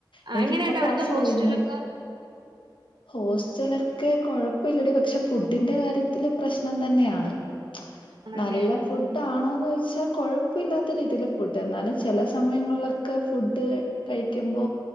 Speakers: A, on the left; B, on the right.
A: എനിക്കിപ്പക്ലാസ്
B: ആഹ് എങ്ങനെയുണ്ട് അവിടുത്തെ ഹോസ്റ്റലൊക്കെ
A: കഴിഞ്ഞ് ഹോസ്റ്റലൊക്കെ കൊഴപ്പില്ലടി പക്ഷെ ഫുഡിന്റെ കാര്യത്തില് പ്രശ്നം തന്നെയാണ്
B: ആണല്ലേ
A: നല്ല ഫുഡ് ആണോന്ന് ചോദിച്ചാ കൊഴപ്പില്ലാത്ത രീതില് ഫുഡ് എന്നാലും ചില സമയങ്ങളിലൊക്കെ ഫുഡ് കഴിക്കുമ്പോ